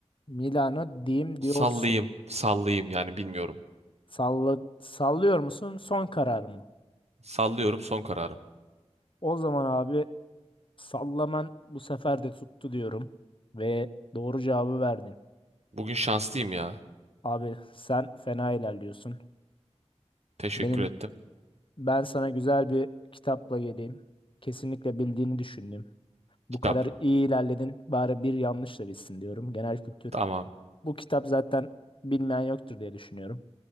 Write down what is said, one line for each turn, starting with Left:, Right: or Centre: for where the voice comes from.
Left: Milano diyeyim diyorsun.
Right: Sallayayım. Sallayayım yani bilmiyorum.
Left: Salla, sallıyor musun? Son karar mı?
Right: Sallıyorum son kararım.
Left: O zaman abi Sallaman bu sefer de tuttu diyorum ve doğru cevabı verdin.
Right: Bugün şanslıyım ya.
Left: Abi sen fena ilerliyorsun.
Right: Teşekkür
Left: Benim
Right: ettim.
Left: ben sana güzel bir kitapla geleyim. Kesinlikle bildiğini düşündüm. Bu
Right: Kitap.
Left: kadar iyi ilerledin. Bari bir yanlış da bilsin diyorum. Genel kültür.
Right: Tamam.
Left: Bu kitap zaten bilmeyen yoktur diye düşünüyorum.